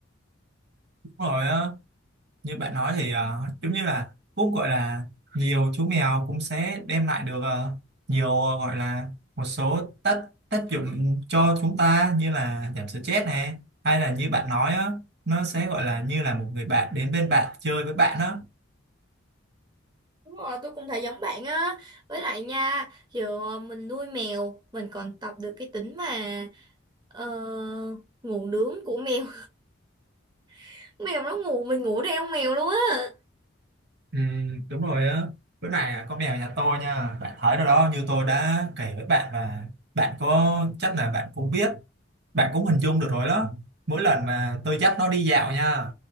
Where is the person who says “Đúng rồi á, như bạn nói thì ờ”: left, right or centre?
Right